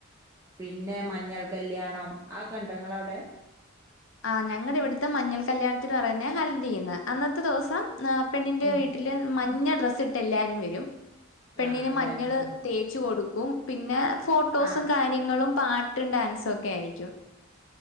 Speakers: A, on the right (about 15°); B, on the left (about 75°).
A: പിന്നെ മഞ്ഞൾ കല്യാണം അതൊക്കെണ്ടോ ഇങ്ങളൊ ടെ
B: ആ ഞങ്ങട ഇവിട്ത്തെ മഞ്ഞൾ കല്യാണത്തിന് റയുന്ന ഹൽദിന്ന് അന്നത്തേ ദിവസം ആ പെണ്ണിന്റെ
A: ഉം
B: വീട്ടില് മഞ്ഞ ഡ്രസ്സ്‌ ഇട്ട് എല്ലാരും വരും പെണ്ണിന്
A: ആഹ് എല്ലാരും
B: മഞ്ഞള്
A: ആഹ്
B: തേച്ചു കൊടു കും പിന്നെ ഫോട്ടോസും
A: ആഹ്
B: കാര്യങ്ങളും പാട്ടും ഡാൻസും ഒക്കെ ആയിരിക്കും